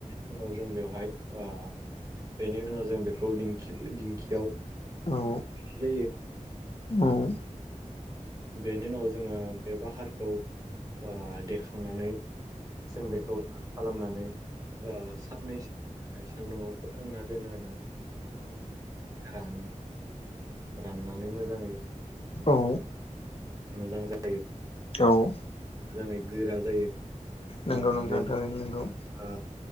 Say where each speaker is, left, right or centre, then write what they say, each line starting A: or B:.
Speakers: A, on the right (about 25°); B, on the left (about 45°).
A: उनाव जों बेवहाय ओ बेनि उनाव जों बेखौ दिंखि दिंखियाव
B: औ
A: देनाय जायो ओ
B: औ।
A: बेनि उनाव जोङो बे बाहारखौ ओ देखांनानै जों बेखौ राहां खालामनानै साननैसो सान्दुंङाव फोरोंनानै दोनो आरोना रान राननानै मोजाङै
B: औ।
A: मोजां जा
B: औ।
A: मोजाङै गोरा जायो।
B: नोंगौ
A: ओ
B: नोंथां
A: बेनि
B: थारैनो नोंगौ।
A: ओ